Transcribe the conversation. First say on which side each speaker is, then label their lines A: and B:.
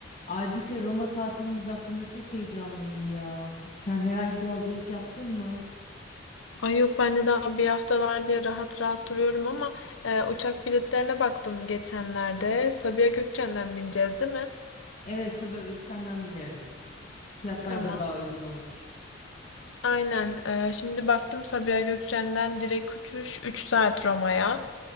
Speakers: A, on the left (about 40°); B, on the left (about 85°).
A: Aybüke Roma tatilimiz hakkında çok heyecanlıyım ya. Sen herhangi bir hazırlık yaptın mı?
B: Ay yok ben de daha bir hafta var diye rahat rahat duruyorum ama e, uçak biletlerine baktım geçenlerde. Sabiha Gökçen'den bineceğiz değil mi?
A: Evet Sabiha Gökçen'den bineriz. Fiyatlar
B: Tamam.
A: da daha uygun olur.
B: Aynen. E, şimdi baktım Sabiha Gökçen'den direkt uçuş 3 saat Roma'ya.